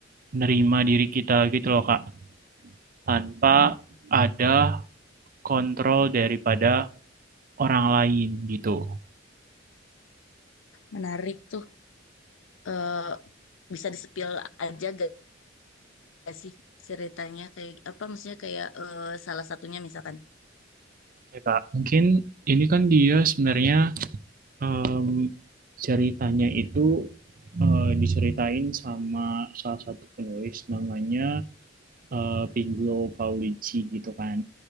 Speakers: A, on the right; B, on the left.
A: nerima diri kita gitu loh Kak, tanpa ada kontrol daripada orang lain gitu.
B: Menarik tuh. Eh bisa disepil aja gak, gak sih ceritanya kayak apa maksudnya kayak eh, salah satunya misalkan.
A: Oke Kak, mungkin ini kan dia sebenarnya em, ceritanya itu eh, diceritain sama salah satu penulis namanya eh, Piggio Paolucci gitu kan.